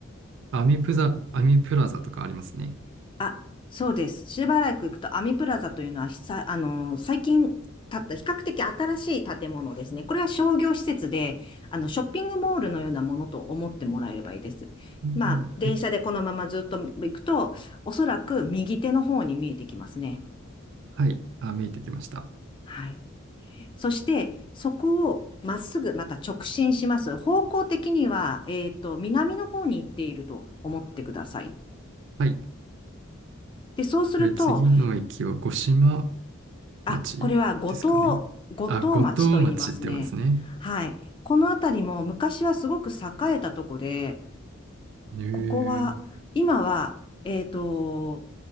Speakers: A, on the right; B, on the left.
A: アミプザ、アミプラザとかありますね。
B: あ、そうです。しばらく行くと、アミプラザというのは、ひさ、あのー、最近建った、比較的新しい建物ですね。これは商業施設で、あの、ショッピングモールのようなものと思ってもらえればいいです。
A: うんうん、
B: まあ、電車でこのままずっと行くと、
A: はい。
B: おそらく右手の方に見えてきますね。
A: はい。あ、見えてきました。
B: はい。そして、そこをまっすぐまた直進します。方向的には、えっと、南の方に行っていると思ってください。
A: はい。
B: で、そうすると、
A: これ次の駅は五島
B: あ、
A: 町ですかね。
B: これは五島、五島町と言いますね。
A: あ、五島町って読むんですね。
B: はい。この辺りも昔はすごく栄えたとこで、
A: へえ。
B: ここは、今は、えっと、